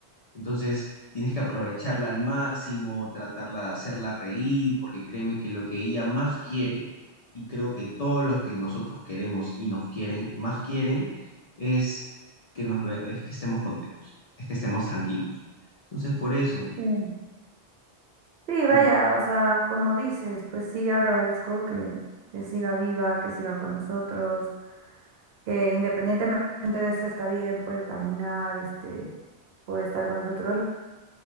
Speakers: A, on the left; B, on the right.
A: Entonces, tienes que aprovecharla al máximo, tratarla de hacerla reír, porque créeme que lo que ella más quiere, y creo que todos los que nosotros queremos y nos quieren, más quieren, es que nos ve- es que estemos contentos, es que estemos tranquilos. Entonces, por eso,
B: Mm. Sí, vaya,
A: tienes-
B: o sea, como dices, pues sí agradezco que, que siga viva, que siga con nosotros, que independientemente de eso está bien, puede caminar, este, puede estar con nosotros,